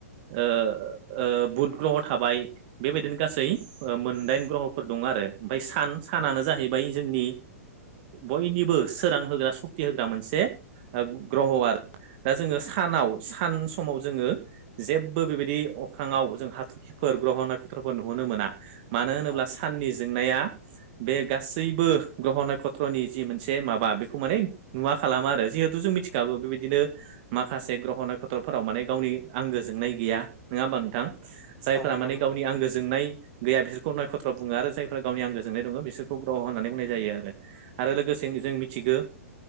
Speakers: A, on the right; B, in the centre.
A: ओ बुध ग्रह थाबाय बेबायदिनो गासै मोनदाइन ग्रह'फोर दं आरो ओमफ्राय सान सानानो
B: औ
A: जाहैबाय जोंनि बयनिबो सोरां होग्रा सक्ति होग्रा मोनसे ग्रह' आरो दा जोङो सानाव सान समाव जोङो जेबो बेबायदि अख्रांङाव जों हाथरखिफोर ग्रह नाथ्र'फोर नुहोनो मोना मानो होनोब्ला
B: औ
A: साननि जोंनाया बे गासैबो गहना नक्षत्रनि जि मोनसे माबा बेखौ माने नुवा खालामा आरो जिहेथु जों मिथिखाबो बेबायदिनो माखासे ग्रह नक्षत्रफोराव माने गावनि आंगो जोंनाय गैया नङा होमबा नोंथां जायफोरा
B: औ नंगौ
A: माने
B: नों
A: गावनि आंगो जोंनाय गैया बिसोरखौ नक्षत्र बुङो आरो जायफोरा गावनि आंगो जोंनाय दङ बिसोरखौ ग्रह' होननानै बुंनाय जायो आरो आरो लोगोसे जों मिथिगौ